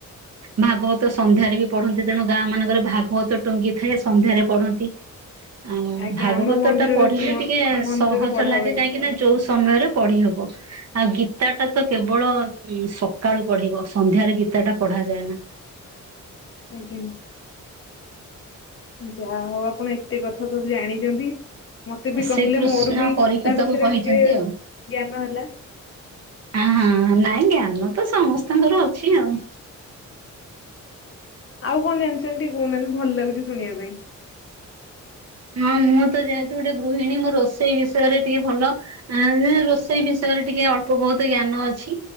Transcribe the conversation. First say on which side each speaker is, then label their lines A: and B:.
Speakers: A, on the right; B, on the left.
A: ଭାଗବତ ସନ୍ଧ୍ୟାରେ ବି ପଢ଼ ତେଣୁ ଗାଁମାନଙ୍କର ଭାଗବତ ଟୁଙ୍ଗି ଥାଏ ସନ୍ଧ୍ୟାରେ ପଢ଼ନ୍ତି। ଆଉ
B: ଆଜ୍ଞା
A: ଭାଗବତଟା
B: ଆମ ମନ୍ଦିରରେ
A: ପଢ଼ିଲେ ଟିକେ
B: ମନ୍ଦିରରେ
A: ସହଜ
B: ପଢା
A: ଲାଗେ
B: ହୁଏ
A: କାହିଁକି ନାଁ ଯୋଉ ସମୟରେ ପଢ଼ି ହବ ଆଉ ଗୀତାଟା ତ କେବଳ ଉଁ ସ କାଳୁ ପଢ଼ିବ ସନ୍ଧ୍ୟାରେ ଗୀତାଟା ପଢ଼ାଯଏନା।
B: ଆଜ୍ଞା ଯା ହଉ ଆପଣ ଏତେ କଥା ସବୁ ଜାଣିଚନ୍ତି। ମତେ ବି କହିଲେ
A: ଶ୍ରୀକୃଷ୍ଣ
B: ମୋର ବି
A: ପରୀକ୍ଷିତକୁ
B: ତା ବିଷୟରେ
A: କହିଛନ୍ତି
B: ଟିକେ ଜ୍ଞାନ
A: ଆଉ।
B: ହେଲା।
A: ଆ ହଁ ନାଇଁ ଜ୍ଞାନ ତ ସମସ୍ତଙ୍କର ଅଛି ଆଉ।
B: ଆଉ କଣ ଜାଣିଚନ୍ତି ଟିକେ କହୁନାହାନ୍ତି ଭଲ୍ ଲାଗୁଚି ଶୁଣିବା ପାଇଁ।
A: ହଁ ମୁଁ ତ ଯେହେତୁ ଗୋଟେ ଗୃହିଣୀ ମୋ ରୋଷେଇ ବିଷୟରେ ଟିକେ ଭଲ ଆ ପା ରୋଷେଇ ବିଷୟରେ ଟିକେ ଅଳ୍ପ ବୋହୁତ ଜ୍ଞାନ ଅଛି।